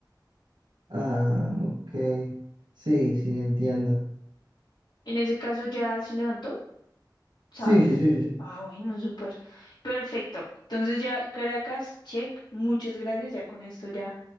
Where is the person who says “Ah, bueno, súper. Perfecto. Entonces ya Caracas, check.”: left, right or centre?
Left